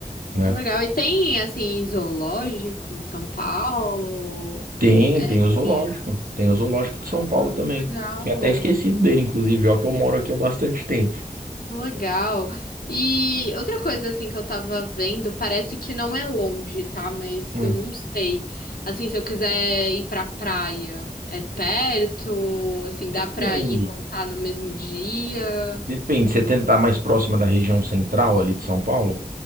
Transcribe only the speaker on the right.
né?
Tem,
tem o zoológico,
tem o zoológico de
São Paulo também.
Tinha até esquecido dele, inclusive, ó, que eu moro aqui há bastante tempo.
Hum.
Depende.
Depende, você tentar mais próxima da região central ali de São Paulo?